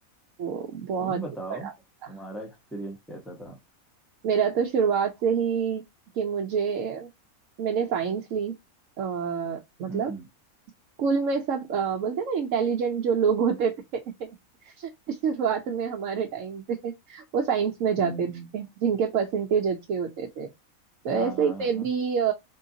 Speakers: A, on the right; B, in the centre.
A: वो बहुत
B: तुम बताओ
A: ही बड़ा था
B: तुम्हारा एक्सपीरियंस कैसा था
A: मेरा तो शुरुआत से ही कि मुझे मैंने साइंस ली आ, मतलब
B: हम्म
A: स्कूल में सब अ, बोलते हैं ना इंटेलिजेंट जो लोग होते थे <laughs> शुरुआत में हमारे टाइम पे वो साइंस में जाते
B: हम्म
A: थे जिनके परसेंटेज अच्छे होते थे तो
B: हाँ
A: ऐसे
B: हाँ
A: ही
B: हाँ।
A: मैं भी अ,